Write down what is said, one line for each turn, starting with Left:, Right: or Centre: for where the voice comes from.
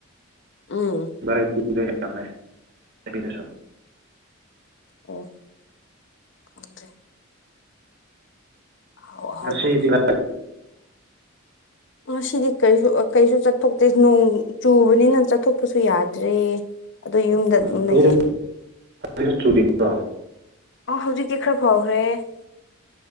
Left: ꯎꯝ
Right: <unintelligible>
Left: ꯑꯣ ꯈꯪꯗ꯭ꯔꯦ ꯑꯍꯥꯎ ꯑꯍꯥꯎꯕ
Right: ꯉꯁꯤꯗꯤ <unintelligible>
Left: ꯉꯁꯤꯗꯤ ꯀꯔꯤꯁꯨ ꯑ ꯀꯔꯤꯁꯨ ꯆꯠꯊꯣꯛꯇꯦ ꯅꯣꯡ ꯆꯨꯕꯅꯤꯅ ꯆꯠꯊꯣꯛꯄꯁꯨ ꯌꯥꯗ꯭ꯔꯦ꯫ ꯑꯗꯨ ꯌꯨꯝꯗ ꯑꯗꯨꯝ
Right: ꯎꯝ
Left: ꯂꯩꯌꯦ꯫
Right: ꯍꯧꯖꯤꯛ <unintelligible> ꯆꯨꯔꯤꯕ꯭ꯔꯣ
Left: ꯑ ꯍꯧꯖꯤꯛꯇꯤ ꯈꯔ ꯐꯈ꯭ꯔꯦ ꯫